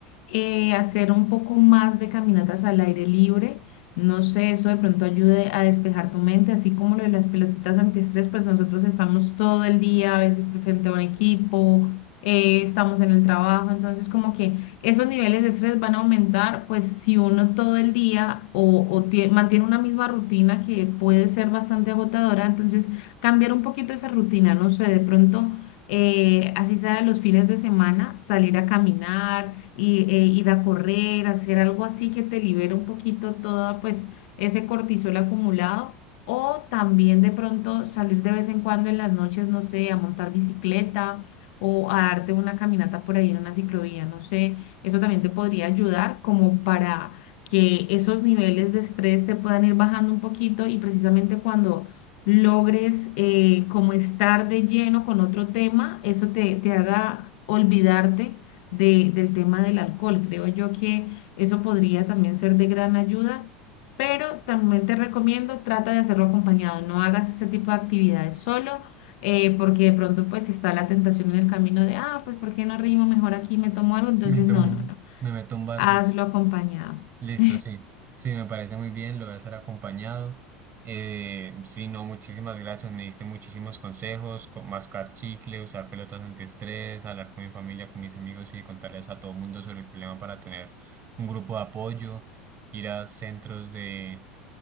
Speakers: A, on the left (about 65°); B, on the right (about 35°).
A: eh, hacer un poco más de caminatas al aire libre. No sé, eso de pronto ayude a despejar tu mente, así como lo de las pelotitas antiestrés, pues nosotros estamos todo el día, a veces frente a un equipo, eh, estamos en el trabajo, entonces como que esos niveles de estrés van a aumentar, pues si uno todo el día o, o tie- mantiene una misma rutina que puede ser bastante agotadora, entonces cambiar un poquito esa rutina, no sé, de pronto eh, así sea los fines de semana, salir a caminar, y, eh, ir a correr, hacer algo así que te libere un poquito todo pues ese cortisol acumulado. O también de pronto salir de vez en cuando en las noches, no sé, a montar bicicleta o a darte una caminata por ahí en una ciclovía, no sé, eso también te podría ayudar como para que esos niveles de estrés te puedan ir bajando un poquito y precisamente cuando logres eh, como estar de lleno con otro tema, eso te, te haga olvidarte de- del tema del alcohol. Creo yo que eso podría también ser de gran ayuda, pero también te recomiendo, trata de hacerlo acompañado, no hagas este tipo de actividades solo. eh, porque de pronto pues está la tentación en el camino de, ah, pues ¿por qué no rimo mejor aquí, me tomo algo? Entonces,
B: Me tomo,
A: no, no, no,
B: me meto un bar.
A: hazlo acompañado.
B: Listo,
A: <laughs>
B: sí. Sí, me parece muy bien, lo voy a hacer acompañado. Eh, sí, no, muchísimas gracias. Me diste muchísimos consejos, co- mascar chicle, usar pelotas antiestrés, hablar con mi familia, con mis amigos y contarles a todo el mundo sobre el problema para tener un grupo de apoyo, ir a centros de,